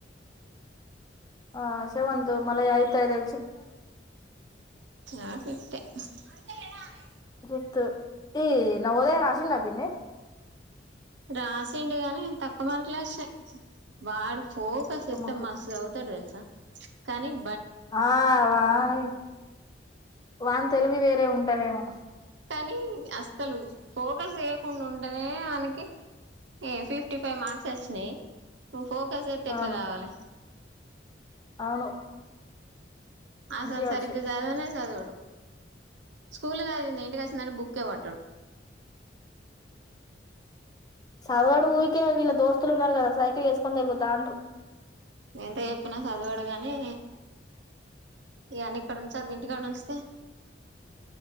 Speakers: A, on the left; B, on the right.
A: ఆ సెవెంతు మల ఆయితాది
B: ఆ ఫిఫ్తే హ్ అదేకదానే
A: ఫిప్తు ఈ నవోదయ రాశిండా విన్నీ
B: రాసిండి గానీ తక్కువ మార్కులే వచ్చినాయ్ వాడు ఫోకస్
A: ఒక్క
B: ఎత్తే
A: ముడుపు
B: మస్త్ చదువుతాడు తెల్సా కానీం
A: ఆ వాని వాన్ తెలివి వేరే ఉం దేమో
B: కానీ అసలు ఫోకస్ చేయకుండా ఉంటనే ఆయనకి, ఏ ఫిఫ్టీ ఫైవ్ మార్క్స్ వచ్చినాయి ఫోకస్ చేస్తతే ఎట్లా
A: అవును
B: రావాలి
A: అవును
B: ఆసలు
A: మంచిగా
B: సరిగ్గా
A: వచ్చు
B: చదవనే చదవుడు స్కూల్దింది అంట కా బుక్ పట్టడు
A: చదవాడు ఊరికే వీళ్ళ దోస్తులు ఉన్నారు కదా సై వేస్కొని తిరుగతండ్రు
B: నేంత చెప్పినా చదువాడు గాని ఇవన్న ఇక్కడ ఉంచది ఇంటికాడ ఉంచితే